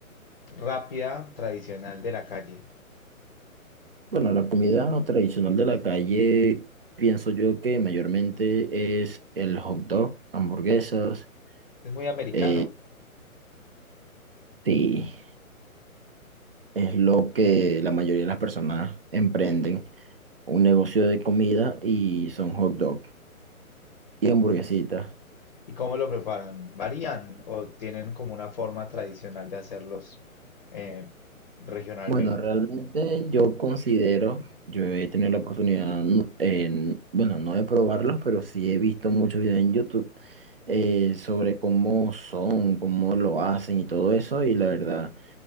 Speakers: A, on the left (about 35°); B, on the right (about 45°).
A: rápida tradicional de la calle?
B: Bueno, la comida tradicional de la calle, pienso yo que mayormente es el hot dog, hamburguesas.
A: Es muy americano.
B: eh, sí. Es lo que la mayoría de las personas emprenden, un negocio de comida y son hot dog y hamburguesitas.
A: ¿Y cómo lo preparan? ¿Varían o tienen como una forma tradicional de hacerlos eh, regionalmente?
B: Bueno, realmente yo considero, yo he tenido la oportunidad, no- en, bueno, no de probarlos, pero sí he visto muchos videos en YouTube eh, sobre cómo son, cómo lo hacen y todo eso, y la verdad.